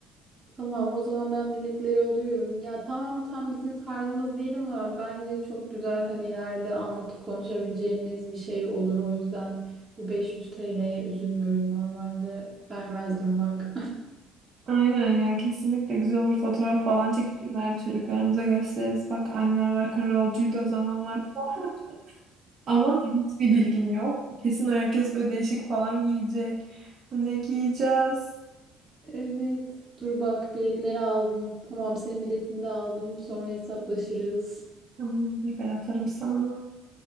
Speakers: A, on the right; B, on the right.
A: Tamam o zaman ben biletleri alıyorum. Ya tamam tam bizim tarzımız değil ama bence çok güzel hani ileride anlatıp konuşabileceğimiz bir şey olur. O yüzden bu 500 TL'ye üzülmüyorum normalde. Vermezdim bak.
B: Aynen ya kesinlikle güzel olur fotoğraf falan çekip ileride çocuklarımıza gösteririz. Bak annen rock'n'rollcuydu o zamanlar. <laughs> Ama hiçbir bilgim yok. Kesin herkes böyle değişik falan giyecek. Ne giyeceğiz?
A: Evet. Dur bak biletleri aldım. Tamam senin biletini de aldım. Sonra hesaplaşırız.
B: Tamamdır ben atarım sana.